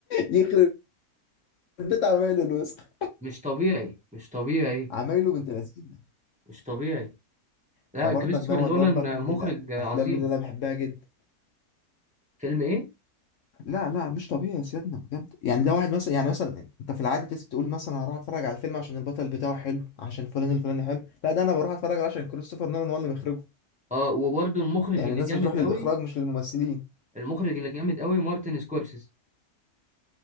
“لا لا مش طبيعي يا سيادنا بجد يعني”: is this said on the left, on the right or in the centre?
Left